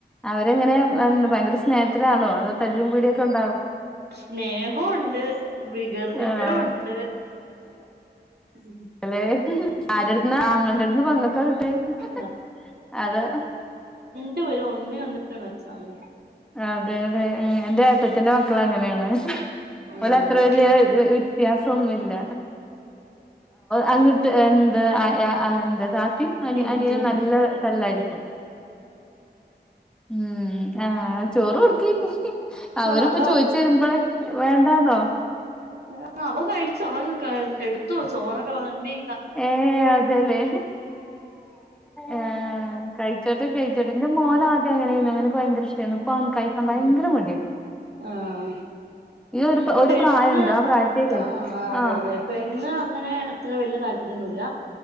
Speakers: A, in the centre; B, on the right (about 65°).
A: അവരെങ്ങനെ എന്ത ഭയങ്കര സ്നേഹത്തിലാണോ? തല്ലും പിടിയൊക്കെ ണ്ടോ?
B: സ്നേഹംണ്ട് വികൃതിത്തരംണ്ട്.
A: ആഹ്
B: ഉം..
A: അല്ലേ ആരെട്ത്ത്ന്നാ <unintelligible> ഒന്റെഎടുതന്ന് പെങ്ങൾക്ക കിട്ട്യേ ഹ് ഹ്...
B: ദാ
A: അതാ
B: ഇങ്ങട്ട് വരും ഒന്നിനൊന്നു മെച്ചണ്..
A: അതെ ലെ ഏഹ് എന്റെ ഏട്ടത്തിന്റെ മക്കള അങ്ങനെയാണ്
B: ആഹ്
A: ഓൾ അത്ര വല്യ വ്യത്യാസംന്നുല്ല അങ്ങിട്ട് എന്താ എന്താ താത്തിയും
B: എന്തോന്ന്
A: അനിയനും നല്ല തല്ലായിരിക്കും. ഉം ആഹ് ചോറ് കൊടുക്കി. അവരിപ്പോ
B: ആഹ് അണ്ട അവൻ
A: ചോയ്ച്ചു വരുമ്പോള് വേണ്ടാന്നോ
B: ആഹ് അവ കഴിച്ചോ അവൻ എടുത്തു ചോറൊക്കെ വളമ്പി
A: ഏഹ് അതെലേ ആഹ് കഴിച്ചോട്ടെ ന്റെ മോൻ ആദ്യംങ്ങനെയായിരുന്നുഅങ്ങനെ ഒക്കെ ഭയങ്കര ഇഷടെയിന്നു പ്പോ കഴിക്കാൻ
B: ഉം
A: ഭയങ്കര മടിയ..
B: ആഹ്
A: ഈ ഒരു
B: പെണ്ണ്
A: പ്രായണ്ട് ആ പ്രായത്തി കഴി
B: ആഹ്
A: ക്ക്
B: അതെ
A: ആഹ്
B: അതെ പെണ്ണ് അങ്ങനെ അത്ര വലിയ താല്പര്യംന്നുല്ല.